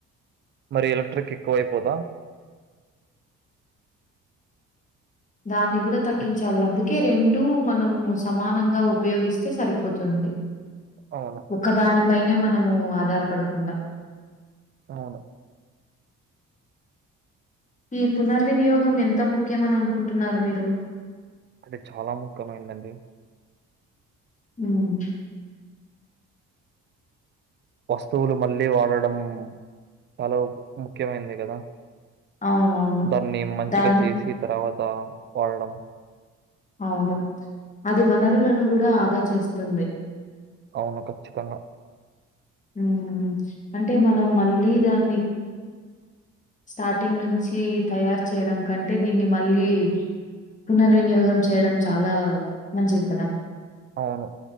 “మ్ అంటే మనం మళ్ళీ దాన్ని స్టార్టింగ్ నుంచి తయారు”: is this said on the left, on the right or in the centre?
Left